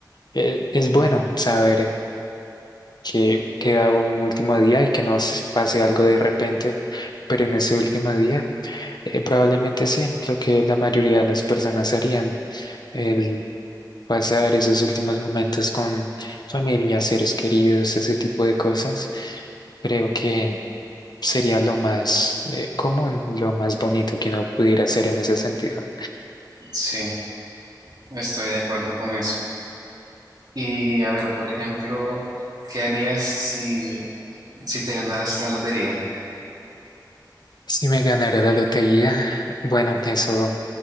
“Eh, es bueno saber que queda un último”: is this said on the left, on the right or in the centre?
Left